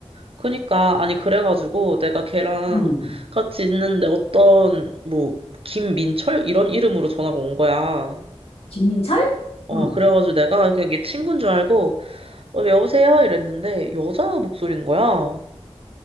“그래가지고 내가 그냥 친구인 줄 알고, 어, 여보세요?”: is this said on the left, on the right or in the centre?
Right